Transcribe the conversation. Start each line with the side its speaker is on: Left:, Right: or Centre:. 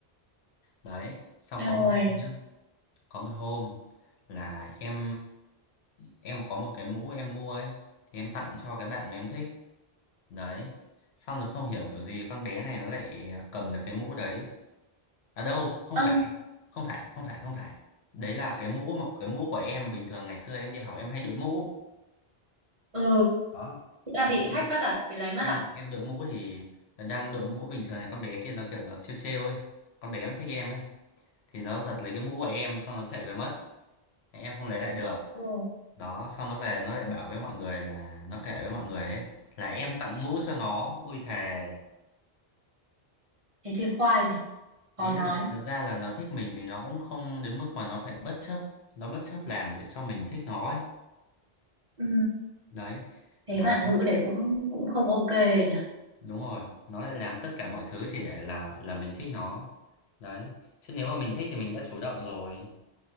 Left: đấy xong
Right: đâu
Left: có một
Right: rồi
Left: hôm nhá có một hôm là em em có một cái mũ em mua ấy thì em tặng cho cái bạn mà em thích đấy xong rồi không hiểu kiểu gì con bé này nó lại à, cầm được cái mũ đấy à đâu không
Right: ơ
Left: phải không phải không phải không phải đấy là cái mũ mà cái mũ của em bình thường ngày xưa em đi học em hay đội mũ
Right: ừ
Left: đó
Right: là
Left: thì
Right: bị
Left: em
Right: hack
Left: hay-
Right: mất à bị lấy mất
Left: em
Right: à
Left: em đội mũ thì đang đội mũ bình thường này con bé kia nó kiểu nó trêu trêu ấy con bé mà thích em ấy thì nó giật lấy cái mũ của em xong nó chạy về mất em không lấy lại được
Right: ừ
Left: đó xong nó về nó lại bảo với mọi người là nó kể với mọi người ấy là em tặng mũ cho nó ui thề
Right: thế thì khoai nhỉ
Left: ý
Right: khó nói
Left: là thật ra là nó thích mình thì nó cũng không đến mức mà nó phải bất chấp nó bất chấp làm để cho mình thích nó ấy
Right: ừ
Left: đấy
Right: thế
Left: mà
Right: bạn
Left: nó
Right: nữ đấy cũng cũng không ok nhỉ
Left: đúng rồi nó lại làm tất cả mọi thứ chỉ để là là mình thích nó đấy chứ nếu mà mình thích thì mình đã chủ động rồi